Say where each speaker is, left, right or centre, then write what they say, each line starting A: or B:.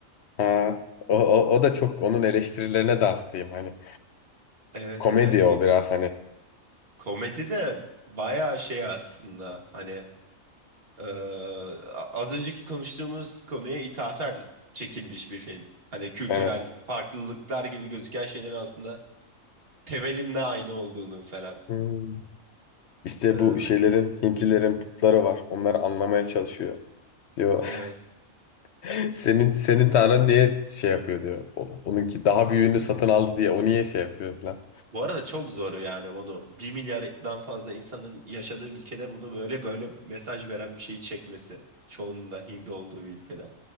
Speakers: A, on the left (about 60°); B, on the right (about 45°).
A: Ha, o, o, o da çok onun eleştirilerine de hastayım. Hani
B: Evet
A: komedi
B: evet
A: o
B: bu
A: biraz hani.
B: komedi de bayağı şey aslında hani Ee, a- az önceki konuştuğumuz konuya ithafen çekilmiş bir film. Hani kültürel
A: Evet.
B: farklılıklar gibi gözüken şeylerin aslında temelinde aynı olduğunu falan.
A: Hmm. İşte
B: Ee,
A: bu şeylerin, Hintlilerin putları var. Onları anlamaya çalışıyor. Diyor
B: evet.
A: <laughs> senin senin tanrın niye şey yapıyor diyor. O- onunki daha büyüğünü satın aldı diye o niye şey yapıyor falan.
B: Bu arada çok zor yani onu bir milyardan fazla insanın yaşadığı ülkede bunu böyle böyle mesaj veren bir şeyi çekmesi. Çoğunun da Hindi olduğu bir ülkede.